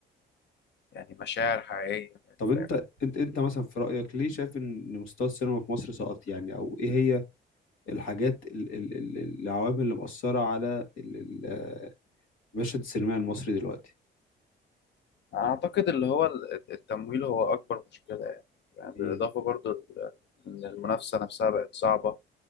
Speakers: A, on the left; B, on the left.
A: يعني مشاعر حقيقية
B: طب انت
A: فاهم
B: انت انت مثلا في رأيك ليه شايف ان مستوى السينما في مصر سقط يعني او ايه هي الحاجات ال- ال- ال- العوامل اللي مأثرة على ال- ال- المشهد السينمائي المصري دلوقتي
A: أعتقد اللي هو ال- التمويل هو أكبر مشكلة يعني يعني
B: امم
A: بالإضافة برضو ل- إن المنافسة نفسها بقت صعبة